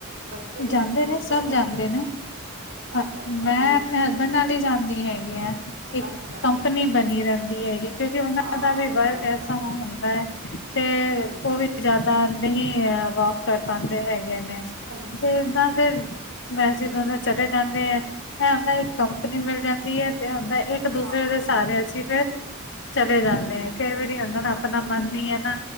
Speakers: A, on the right (about 60°); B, on the left (about 55°).
A: ਬੱਚੇ ਵੈ
B: ਜਾਂਦੇ
A: ਹੋਰ
B: ਨੇ
A: ਕੋਈ
B: ਸਭ ਜਾਂਦੇ
A: ਹਸਬੈਂਡ,
B: ਨੇ ਹਾਂ,
A: ਅੱਛਾ ਅੱਛਾ
B: ਮੈਂ
A: ਨਹੀਂ
B: ਆਪਣੇ
A: ਅੱਛੀ
B: ਹਸਬੈਂਡ ਨਾਲ
A: ਗੱਲ
B: ਹੀ
A: ਹੈ।
B: ਜਾਂਦੀ ਹੈਗੀ ਆ ਇੱਕ
A: ਅੱਛਾ ਅੱਛਾ
B: ਕੰਪਨੀ ਬਣੀ ਰਹਿੰਦੀ ਹੈਗੀ ਕਿਉਂਕਿ ਉਹਨਾਂ
A: ਹਾਂ
B: ਦਾ ਵੀ ਵਰਗ
A: ਬਸ
B: ਐਸਾ
A: ਬਸ
B: ਹੁੰਦਾ ਹੈ ਤੇ
A: ਹਾਂਜੀ
B: ਉਹ ਵੀ ਜ਼ਿਆਦਾ ਨਹੀਂ ਵਾਕ ਕਰ ਪਾਉਂਦੇ ਹੈਗੇ ਨੇ।
A: ਹਾਂਜੀ
B: ਤੇ
A: ਹਾਂਜੀ
B: ਏਦਾਂ ਫਿਰ ਵੈਸੇ ਦੋਨੋ ਚੱਲੇ ਜਾਂਦੇ ਹੈ ਇਹ ਹੁੰਦਾ। ਕੰਪਨੀ
A: ਹਾਂ
B: ਮਿਲ ਜਾਂਦੀ ਹੈ ਤੇ ਹੁੰਦਾ ਇੱਕ ਦੂਸਰੇ
A: ਹਾਂ
B: ਦੇ ਸਾਰੇ ਅਸੀ ਫਿਰ ਚੱਲੇ
A: ਹਾਂਜੀ
B: ਜਾਂਦੇ ਆ ਕਈ ਵਾਰੀ ਹਦਾ ਨਾ
A: ਬਸ
B: ਆਪਣਾ
A: ਬਸ
B: ਮਨ ਹੀ ਹੈ ਨਾ